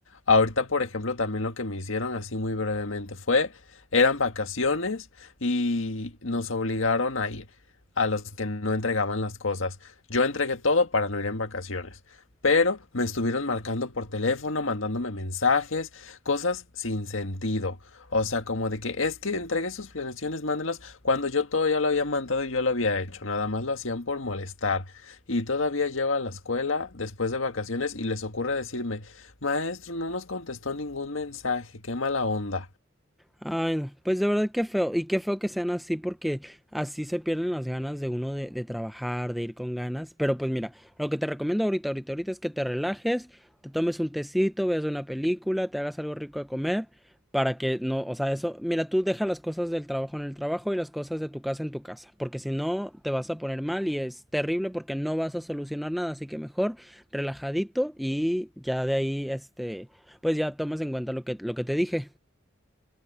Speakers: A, on the left; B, in the centre.
A: Ahorita, por ejemplo, también lo que me hicieron así muy brevemente fue, eran vacaciones y nos obligaron a ir a los que no entregaban las cosas. Yo entregué todo para no ir en vacaciones. Pero me estuvieron marcando por teléfono, mandándome mensajes, cosas sin sentido. O sea, como de que es que entregue sus planeaciones, mándelas cuando yo todo ya lo había mandado y yo lo había hecho. Nada más lo hacían por molestar. Y todavía llego a la escuela después de vacaciones y les ocurre decirme, maestro, no nos contestó ningún mensaje, qué mala onda.
B: Ay, no. Pues de verdad qué feo. Y qué feo que sean así porque así se pierden las ganas de uno de, de trabajar, de ir con ganas. Pero pues mira, lo que te recomiendo ahorita, ahorita, ahorita es que te relajes, te tomes un tecito, veas una película, te hagas algo rico de comer para que no, o sea, eso, mira, tú deja las cosas del trabajo en el trabajo y las cosas de tu casa en tu casa, porque si no te vas a poner mal y es terrible porque no vas a solucionar nada, así que mejor relajadito y ya de ahí, este, pues ya tomas en cuenta lo que, lo que te dije.